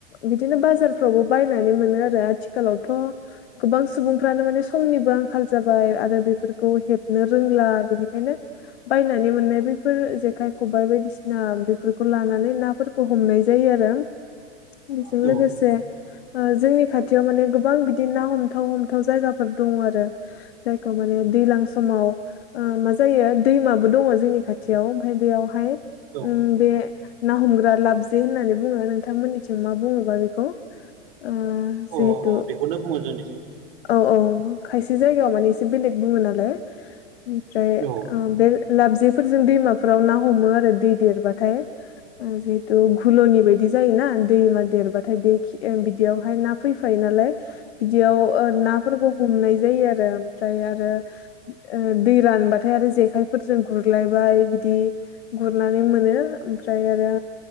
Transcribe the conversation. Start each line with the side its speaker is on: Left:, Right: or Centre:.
Left: बिदिनो बाजारफ्रावबो बायनानै, मोनो आरो आथिखालावथ गोबां सुबुं, फ्रानो माने समनिबो आंखाल जाबाय आरो बेफोरखौ हेबनो रोंला बेनिखायनो बायनानै, मोननाय बैफोर जेखाइ खबाइ बायदिसिना बेफोरखौ लानानै नाफोरखौ हमनाय जायो आरो बेजों
Right: औ
Left: लोगोसे जोंनि खाथियाव माने गोबां बिदि ना हम थाव हमथाव जायगाफोर दङ आरो जायखौ माने दैलां समाव ओ मा जायो। दैमाबो दङ जोंनि खाथियाव ओमफाय बेयावहाय
Right: औ
Left: उम बे ना हमग्रा लाबजे होननानै बुङो नों, नोंथांमोननिथिं मा बुङोबा बेखौ ओ जिहेथु
Right: अ अ बेखौनो बुङो जोंनि
Left: औ औ खायसे जायगायाव माने एसे बेलेग बुङो नालाय, ओमफ्राय
Right: औ
Left: ओ बे लाबजे, फोरजों दैमाफोराव ना हमो आरो दै देरबाथाय ओ जिहेतु घुलुनि बाय जायोना दैमा देरबाथाय बे खि बिदियावहाय ना फैफायो नालाय, बिदियाव नाफोरखौ हमनाय जायो आरो ओमफ्राय आरो ओ दै रानबाथाय आरो जेखायफोरजों गुर ग्लायबाय बिदि गुरनानै मोनो ओमफ्राय आरो